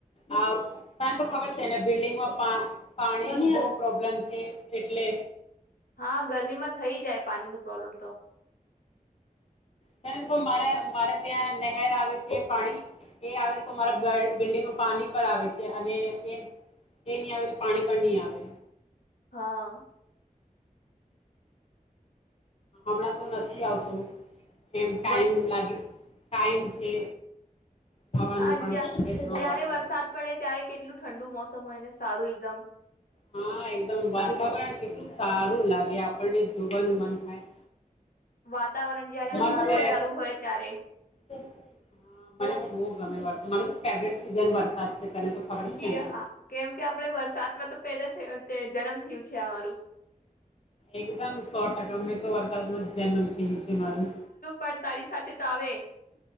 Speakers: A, on the left (about 45°); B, on the left (about 85°).
A: હ તને તો ખબર છે ને બિલ્ડિંગમાં પા પાણી ની બઉ પ્રોબ્લેમ છે એટલે
B: હા ગરમીમાં થઈ જાય પાણી નો પ્રોબ્લેમ તો <inaudible>
A: ત્યારે તો કહું મારે મારે ત્યાં નહેર આવે છે પાણી એ આવે તો મારા <unintelligible> બિલ્ડિંગમાં પાણી પર આવે છે અને એ એ નહી આવે તો પાણી પણ નહી આવે.
B: હા.
A: હમણા તો નથી આવતો એમ ટાઈમ
B: વર્ષ
A: લાગ્યો ટાઈમ છે. ખાવાનું
B: હા
A: પણ
B: જ્યાં
A: બે ત્રણ
B: જય્યારે
A: વાર
B: વરસાદ
A: લાગશે
B: પડે ત્યારે કેટલું ઠંડુ મોસમ હોય ને સારું એકદમ.
A: હા, એકદમ વાતાવરણ કેટલું સારું લાગે આપણને જોવાનું મન થાય.
B: વાતાવરણ જયારે
A: મસ્ત
B: અંધારું
A: એ
B: અંધારું હોય ત્યારે.
A: હા, મને તો બવ ગમે વર મારો તો ફેવરેટ સીઝન વરસાદ છે. તને તો ખબર
B: જી
A: છે ને.
B: હા કેમ કે આપડે વરસાદમાં તો પેદા થયા તે જન્મ થયો છે અમારું.
A: એકદમ સો ટકા મેં તો વરસાદમાં જન્મ થી થી મારું.
B: પણ તારી સાથે તો આવે